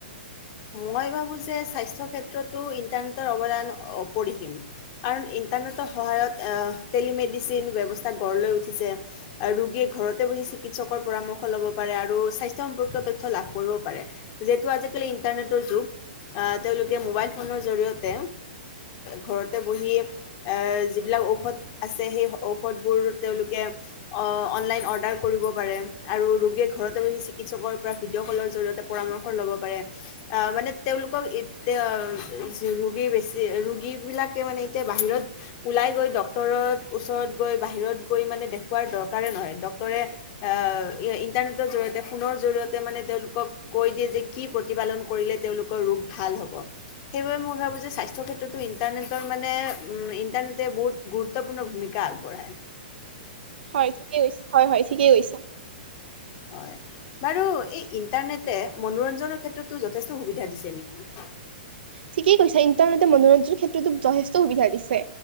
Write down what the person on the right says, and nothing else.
হয় ঠিকেই
ঠিকেই কৈছো ইণ্টাৰনেটে মনোৰঞ্জনৰ ক্ষেত্ৰতো যথেষ্ট সুবিধা দিছে।